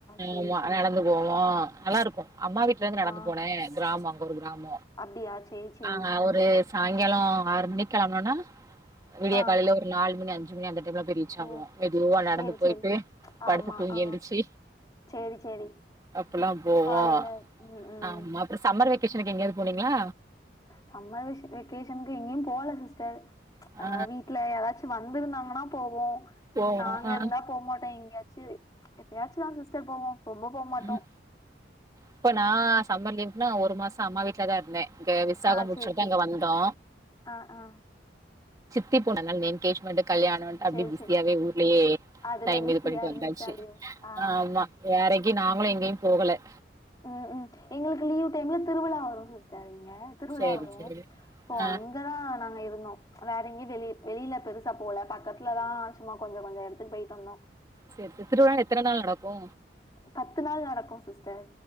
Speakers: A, on the left; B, on the right.
A: சேரி
B: ஆமா
A: சேரி
B: நடந்து போவோ நல்லாருக்கு அம்மா வீட்லேந்து நடந்து
A: ஆ
B: போனே கிராமோ ஒரு கிராம
A: அப்டியா சேரி சேரி
B: ஆ ஒரு சாயங்காலோ ஆறு மணிக் களம்னோனா விடிய
A: ஆ
B: காலைல ஒரு நாலு மணி அஞ்சு மணி அந்த மெதுவா போய் ரீச்
A: ஓ
B: ஆவோ மெதுவா நடந்து
A: சேரி
B: போய்ட்டு
A: சேரி
B: படுத்து
A: ஆமா
B: தூங்கி
A: ஆ
B: எழுந்துரிச்சு
A: சேரி சேரி
B: அப்பெல்லா போவோ
A: காலையில ம் ம்
B: ஆமா அப்றோ சம்ம மர் வெகேஷனுக்கு எங்கயாது போனீங்ளா
A: சம்மர் வெஷ வெக்கேஷனுக்கு எங்கேயு போல சிஸ்டர்
B: ஆ
A: அ வீட்ல யாராச்சு வந்துருந்தாங்கனா போவோ
B: போவோ
A: நாங்க
B: ஆ
A: இருந்தா போமாட்டோ எங்யா செரி எப்பயாச்சுதா சிஸ்டர் போவோ ரொம்ப போமாட்டோ
B: ம் இப்போ நா சம்மர் லீவுன்னா ஒரு மாச அம்மா வீட்ல தா இருந்த இங்க விசாக
A: ஆ
B: முடிச்சுட்தா
A: சேரி சேரி
B: அங்க வந்தோ
A: ஆ ஆ
B: சித்தி பொண்ணு அதுனால என்கேஷ்மன்ட்டு கல்யாணம்ன்ட்டு அப்டே
A: சேரி
B: பிஸியாவே
A: சேரி
B: ஊர்லேயே
A: அதுல
B: டைம்
A: பிஸியா
B: இது பண்ணிட்டு
A: இருந்துட்டு
B: வந்தாச்சு
A: அப்டியே ஆ
B: ஆமா வேறைக்கு நாங்களு எங்கயு போகல
A: ம் ம் எங்களுக்கு லீவு டைம்ல திருவிழா வரு சிஸ்டர் இங் க திருவிழா
B: சேரி
A: வரு
B: சேரி
A: சோ
B: ஆ
A: அங்கதா நாங்க இருந்தோ வேற எங்கயு வெளி வெளில பெருசா போல பக்கத்துலதா சும்மா கொஞ்சோ கொஞ்சோ எடத்துக் போய்ட்டு வந்தோ
B: செரி செரி திருவ்ழா எத்தன நாள் நடக்கோ
A: பத்து நாள் நடக்கோ சிஸ்டர்